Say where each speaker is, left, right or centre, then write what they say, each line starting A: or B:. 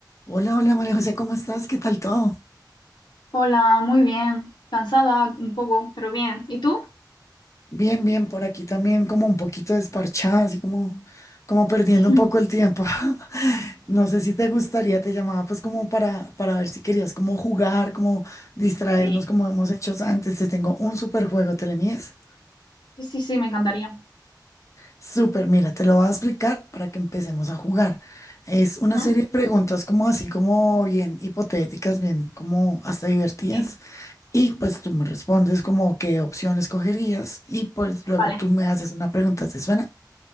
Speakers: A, on the left; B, on the left.
A: Hola, hola María José, ¿cómo estás? ¿Qué tal todo?
B: Hola, muy bien. Cansada un poco, pero bien. ¿Y tú?
A: Bien, bien, por aquí también como un poquito desparchada, así como, como perdiendo
B: <clears throat>
A: un poco el tiempo. <laughs> No sé si te gustaría, te llamaba pues como para, para ver si querías como jugar, como distraernos
B: Sí,
A: como hemos hecho antes. Te tengo un super juego, ¿te le mides?
B: Sí, sí, sí, me encantaría.
A: Súper, mira, te lo voy a explicar para que empecemos a jugar. Es una
B: Ujú,
A: serie de preguntas como así, como bien hipotéticas, bien como hasta divertidas.
B: sí.
A: Y pues tú me respondes como qué opción escogerías y pues luego
B: Vale.
A: tú me haces una pregunta, ¿te suena?